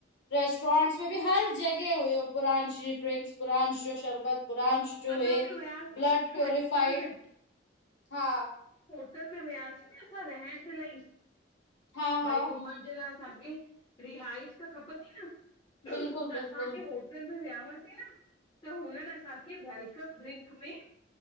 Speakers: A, on the left (about 70°); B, on the left (about 25°).
A: रेस्टोरेंट्स में बि हर जॻह हुययो बुरांश जी ड्रिंक्स बुरांश जो शरबत ब्रांच जो
B: असां
A: हे
B: बि वियासीं
A: ब्लड
B: न त
A: प्यूरफाइड
B: नैनीताल में
A: हा
B: टल में वियासीं न असां रहण जे लाइ
A: हा हा
B: भई घुमण जे ला हान्जी, रिहाइश त खपनदी न, त
A: बिल्कुलु बिल्कुलु
B: अस्सां खे होटल त व्यावसी, त हुननि असांखे वेलकम ड्रिंक में-